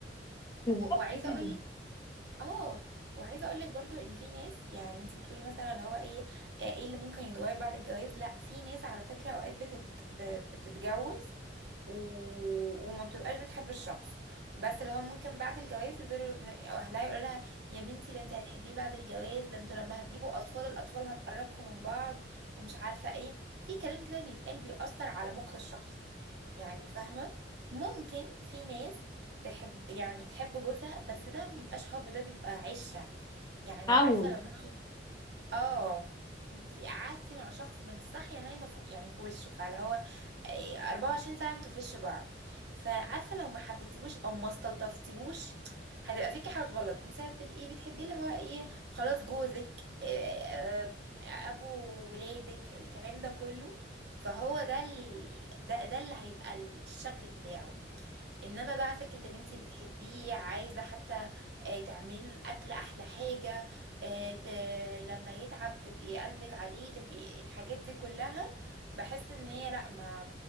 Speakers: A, on the left (about 20°); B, on the right (about 65°).
A: بالظبط
B: و... وعايزة
A: كده
B: اقول اه وعايزه اقول لك برضو ان في ناس يعني انت بتقولي مثلا اللي هو ايه آه، ايه اللي ممكن يتغير بعد الجواز لا في ناس على فكره اوقات بتت... ب- بتتجوز و... وما بتبقاش بتحب الشخص بس اللي هو ممكن بعد الجواز يقدروا إن- أو اهلها يقولوا لها يا بنتي ده انت هتحبيه بعد الجواز ده انتوا لما هتجيبوا اطفال الاطفال هتقربكم من بعض ومش عارفه ايه في كلام كده بيتقال بيأثر على مخ الشخص يعني فاهمه ممكن في ناس تحب يعني تحب جوزها بس ده ما بيبقاش حب ده بيبقى عشرة يعني
A: عود
B: عارفة لما انت اه انت قعدتي مع شخص ما انت صاحية نايمة فوق يعني في وشه فاللي هو ايه 24 ساعة انتوا في وش بعض فعارفة لو ما حبيتيهوش او ما استلطفتيهوش هتبقى فيكي حاجة غلط انت هتبقي بتحبيه اللي هو ايه خلاص جوزك ايه اه، ابو ولادك الكلام ده كله فهو ده ال... ده ده اللي هيبقى الشكل بتاعه انما بقى فكره ان انت بتحبيه عايزه حتى آه، تعملي له الاكل احلى حاجه آه، ت... لما يتعب تبقي قلبك عليه تبقي الحاجات دي كلها بحس ان هي لا ما